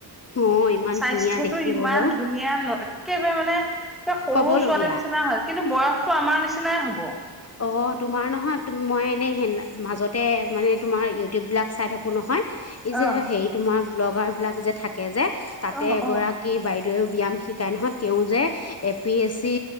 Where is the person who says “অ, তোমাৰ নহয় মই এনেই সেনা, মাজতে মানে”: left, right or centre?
Left